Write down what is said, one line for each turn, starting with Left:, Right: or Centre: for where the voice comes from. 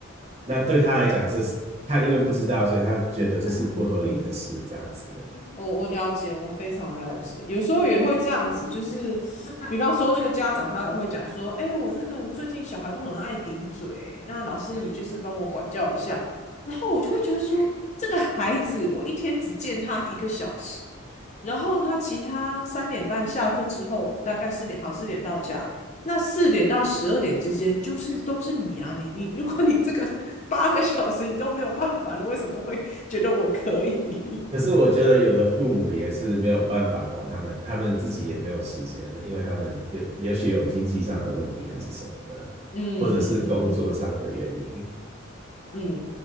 Right: 那对他来讲，这是他因为不知道，所以他觉得这是不合理的事，
Left: 嗯嗯嗯，哼，
Right: 这样子。的。
Left: 我我了解，我非常了解。有时候也会这样子，就是比方说那个家长他也会讲说，哎、我那个最近小孩都很爱顶嘴，那老师你就是帮我管教一下。然后我就会觉得说，这个孩子我一天只见他一个小时，然后他其他三点半下课之后，大概四点好，四点到家。那四点到十二点之间，就是都是你啊，你你，如果你这个 <laughs> 八个小时你都没有办法，你为什么会觉得我可以？<laughs>
Right: 可是我觉得有的父母也是没有办法管他们，他们自己也没有时间，因为他们也也许有经济上的问题还是什么的，
Left: 嗯嗯嗯嗯，
Right: 或者是工作上的原因。
Left: 嗯，